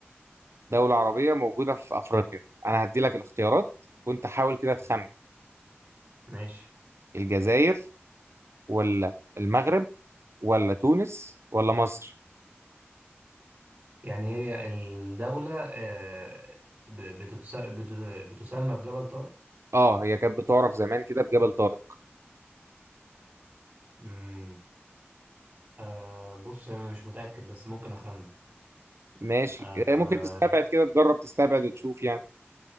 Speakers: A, on the right; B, on the right.
A: دولة عربية موجودة في أفريقيا أنا هدي لك الاختيارات وأنت حاول كده تخمن
B: ماشي
A: الجزائر ولا المغرب ولا تونس ولا مصر؟
B: يعني هي الدولة آه ب- بتتس... بت... بتسمى بجبل طارق
A: آه هي كانت بتعرف زمان كده بجبل طارق
B: امم آه بص انا مش متاكد بس ممكن اخمن
A: ماشي
B: آه
A: إيه، ممكن
B: آه،
A: تستبعد كده تجرب تستبعد وتشوف يعني